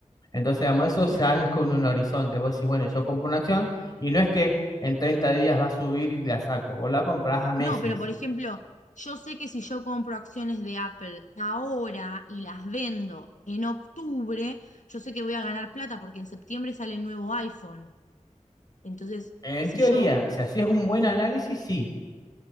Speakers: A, on the left; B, on the left.
A: Entonces, digamos, eso ya
B: Claro.
A: es con un horizonte. Vos decís, bueno, yo compro una acción y no es que en 30 días va a subir y la saco, vos la comprás a meses.
B: No, pero por ejemplo, yo sé que si yo compro acciones de Apple ahora y las vendo en octubre, yo sé que voy a ganar plata porque en septiembre sale el nuevo iPhone. Entonces,
A: En
B: si
A: teoría,
B: yo
A: si hacías un buen análisis, sí.